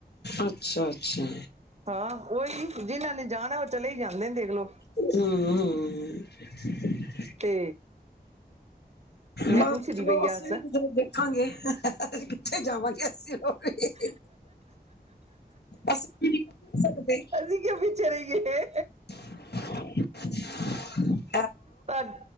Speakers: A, on the left; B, on the right.
A: ਅੱਛ ਛਾ-ਅੱਛਾ।
B: ਹਾਂ ਓਈ ਜਿਨਾਂ ਨੇ ਜਾਨਾ ਓ ਚਲੇ ਈ ਜਾਂਦੇ ਦੇਖ ਲੋ।
A: ਹੂੰ, ਹੂੰ। ਹੂੰ।
B: ਤੇ ਮੈਂ
A: ਬਸ
B: ਪੁੱਛਦੀ
A: ਚਲੋ
B: ਪਈ
A: ਅਸੀਂ
B: ਆ ਅਸ
A: ਵੀੇ ਕਿਧਰੇ ਦੇਖਾਂਗੇ, ਕਿੱਥੇ ਜਾਵਾਂਗੇ ਅਸੀਂ ਲੋਗ ਵੀ।
B: <unintelligible>
A: ਅਸੀਂ ਵੀ ਨਿਕਲ ਨੀ ਕਰ ਸਕਦੇ
B: ਅਸੀਂ ਕਿਉ ਪਿੱਛੇ ਰਹਿਏ।
A: <inaudible>
B: ਤੁਹਡ,